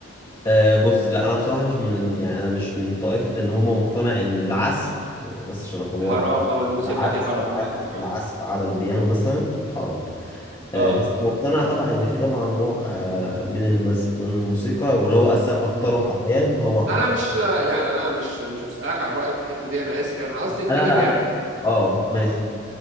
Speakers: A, on the left; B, on the right.
A: أه بص لا انا بصراحه مش من يعني انا مش من طائفه ان هم مقتنع ان العزف بس عشان اكون
B: حرام
A: واضح
B: او الموسيقى
A: العزف
B: دي حرام
A: على
B: لا اه
A: العزف على البيانو مثلا حرام أه
B: اه
A: بس مقتنع طبعا ان في طبعا نوع أه من المز... من الموسيقى واللي هو اصلا اكتره حاليا هو الحرام
B: انا مش يعني انا مش مش بسألك على رأيك في الحتة دي انا اسف يعني قصدي انت
A: انا
B: ليه
A: انا
B: بعته
A: انا اه
B: اه
A: ماشي